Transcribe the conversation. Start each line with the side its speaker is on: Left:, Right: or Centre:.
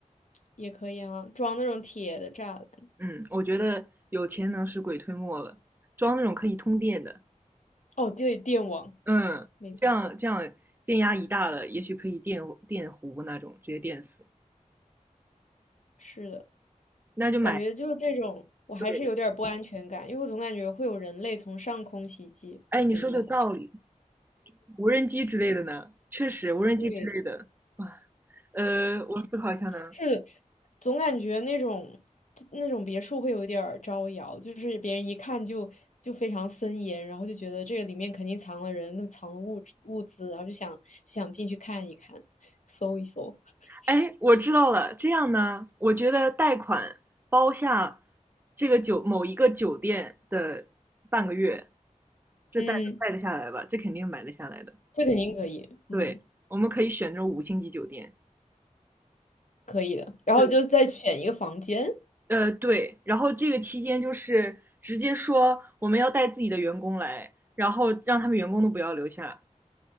Left: 也可以啊，装那种铁的栅栏。
Right: 嗯，我觉得有钱能使鬼推磨了，装那种可以通电的，
Left: 哦，对，电网，
Right: 嗯，
Left: 没错，
Right: 这样这样电压一大了，也许可以电电弧那种，直接电死。
Left: 是的，
Right: 那就买
Left: 感觉就这种，我还是有点儿不安全感，
Right: 对的，
Left: 因为我总感觉会有人类从上空袭击。
Right: 哎，你说的有道理。
Left: 等一下，
Right: 无人机之类的呢，确实无人机之类的，
Left: 对，
Right: 哇，呃，我思考一下呢。
Left: 是总感觉那种那种别墅会有一点儿招摇，就是别人一看就就非常森严，然后就觉得这个里面肯定藏了人，跟藏了物质物资，然后就想就想进去看一看，搜一搜。<laughs>
Right: 哎，我知道了。这样呢，我觉得贷款包下这个酒某一个酒店的半个月，这贷贷得下来吧？
Left: 嗯，
Right: 这肯定买得下来的。
Left: 这肯定可以，嗯，
Right: 对，我们可以选这种五星级酒店。
Left: 可以的。然后就再选一个房间，
Right: 对，呃，对。然后这个期间就是直接说我们要带自己的员工来，然后让他们员工都不要留下。